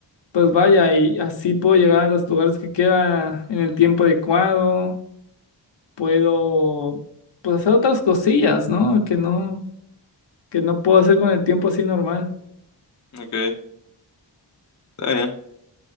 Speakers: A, on the left; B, on the left.
A: Pues vaya, y así puedo llegar a los lugares que quiera en el tiempo adecuado. Puedo, pues, hacer otras cosillas, ¿no? Que no, que no puedo hacer con el tiempo así normal.
B: ok, está bien.